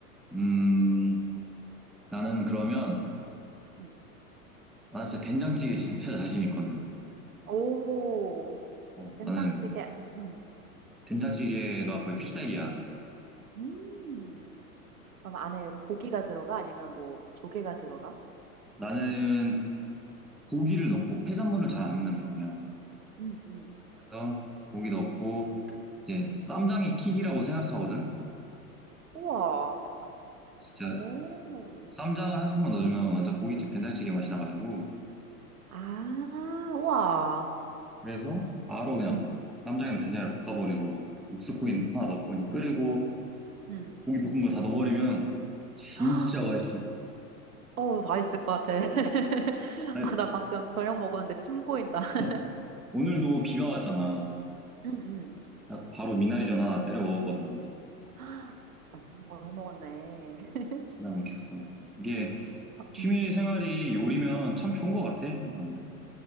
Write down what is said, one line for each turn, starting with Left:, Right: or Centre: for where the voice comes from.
Centre: 음, 나는 그러면,
Right: 응
Centre: 난 진짜 된장찌개 진짜 <laughs> 자신 있거든.
Right: 오,
Centre: 어,
Right: 된장찌개.
Centre: 나는
Right: 음.
Centre: 된장찌개가 거의 필살기야.
Right: 음. 그럼 안에 고기가 들어가? 아니면 뭐 조개가 들어가?
Centre: 나는 고기를 넣고 해산물은 잘 안 넣는 편이야.
Right: 음, 음,
Centre: 그래서 고기 넣고 이제
Right: 음.
Centre: 쌈장이 킥이라고 생각하거든.
Right: 우와.
Centre: 진짜
Right: 오.
Centre: 쌈장을 한 스푼만 넣어주면 완전 고깃집 된장찌개 맛이 나가지고
Right: 아, 우와.
Centre: 그래서 바로 그냥
Right: 음,
Centre: 쌈장이랑 된장을 볶아버리고 육수코인
Right: 음,
Centre: 하나 넣고 그냥 끓이고
Right: 음.
Centre: 고기 볶은 거 다 넣어버리면 진짜
Right: <gasps> 아,
Centre: 맛있어.
Right: 어, 맛있을 것 같아. <laughs>
Centre: 아니,
Right: 아, 나 방금 저녁 먹었는데 침 고인다. <laughs>
Centre: <laughs> 오늘도 비가 왔잖아.
Right: 음, 음. <gasps>
Centre: 그래갖고 바로 미나리 전 하나 때려 먹었거든.
Right: 아, 맛있는 거 해먹었네. <laughs>
Centre: 기가 막혔어. 이게
Right: 어,
Centre: 취미
Right: 음,
Centre: 생활이 요리면 참 좋은 것 같아.
Right: 음.
Centre: 나는.